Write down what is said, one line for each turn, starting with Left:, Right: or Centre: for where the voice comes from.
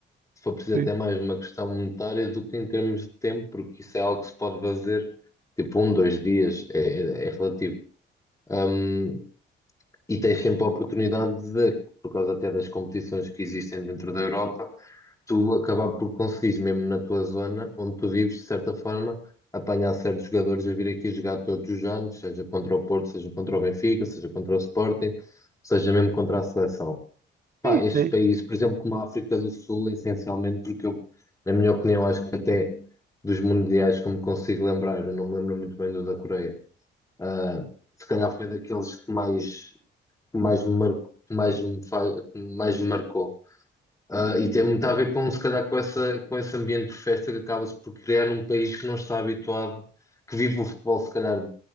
Left: se for preciso
Right: Sim,
Left: até mais uma questão monetária do que em termos de tempo, porque isso é algo que se pode fazer tipo um, dois dias, é, é- é relativo. Um, e tens sempre a oportunidade de, por causa até das competições que existem dentro da Europa, tu acabar por conseguires, mesmo na tua zona onde tu vives, de certa forma, apanhar certos jogadores a vir aqui jogar todos os anos, seja contra o Porto, seja contra o Benfica, seja contra o Sporting, seja mesmo contra a seleção. Pá,
Right: sim,
Left: estes
Right: sim.
Left: países, por exemplo, como a África do Sul, essencialmente, porque eu, na minha opinião, acho que até dos mundiais, como consigo lembrar, eu não me lembro muito bem do da Coreia, ah, se calhar foi daqueles que mais, que mais me marcou, mais me faz, que mais me marcou. Ah, e tem muito a ver com, se calhar, com essa, com esse ambiente de festa que acaba-se por criar num país que não está habituado, que vive o futebol, se calhar,